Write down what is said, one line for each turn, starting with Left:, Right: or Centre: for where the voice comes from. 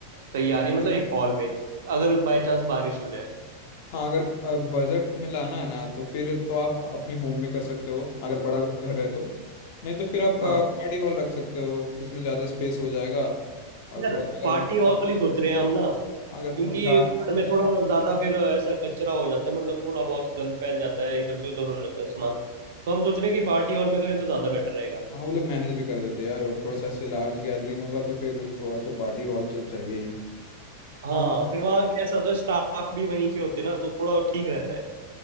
Right: तैयारी मतलब एक हॉल में अगर बाय चांस बारिश हो जाए
Left: हाँ अगर बजट में लाना है ना तो फिर तो आप अपने होम में कर सकते हो अगर बड़ा घ- घर है तो नहीं तो फिर आप पार्टी
Right: हाँ
Left: हॉल रख सकते हो उसमें ज़्यादा स्पेस हो जाएगा और
Right: यार
Left: थोड़ा सा
Right: पार्टी
Left: अगर मतलब,
Right: हॉल ही सोच रहे हैं हम ना
Left: अगर
Right: क्योंकि
Left: हम ज़्यादा
Right: घर में थोड़ा ज्यादा फिर ऐसा कचरा हो जाता है मतलब थोड़ा बहुत गंद फैल जाता है इधर से उधर हो जाता है सामान तो हम सोच रहे हैं कि पार्टी हॉल में करें तो ज्यादा बेटर रहेगा
Left: हाँ वो लोग मैनेज भी कर देते हैं यार और थोड़ा सा ऐसे लार्ज गैदरिंग होगा तो फिर थोड़ा तो पार्टी हॉल तो चाहिए ही
Right: हाँ
Left: हाँ
Right: फिर वहाँ कैसा होता है स्टाफ भी वहीं के होते हैं ना तो थोड़ा ठीक रहता है